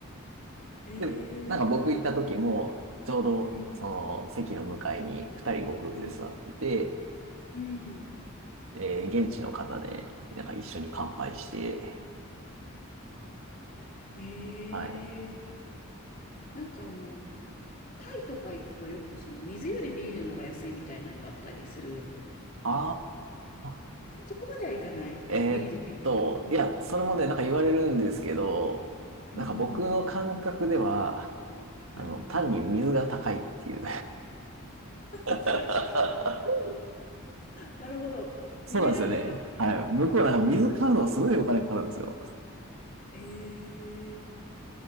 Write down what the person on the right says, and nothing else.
で、なんか僕行った時もちょうどその席の向かいに二人ご夫婦で座ってて、
えー現地の方でなんか一緒に乾杯して、
はい。
ああ。
えーっと、
いや、それもね、なんか言われるんですけど、
なんか僕の感覚では、
あの、単に水が高いっていう。
<laughs>
そうなんですよね。
はい。向こうなんか水買うのすごいお金かかるんですよ。